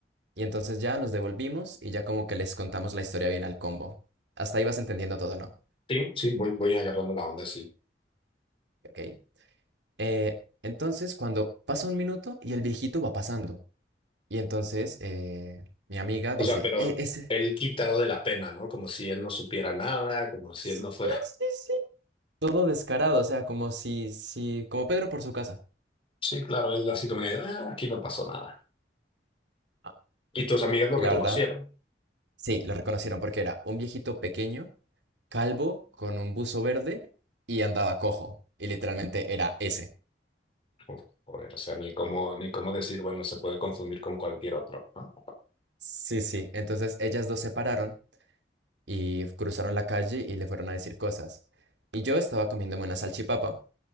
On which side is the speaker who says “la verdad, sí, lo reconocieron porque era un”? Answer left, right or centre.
Right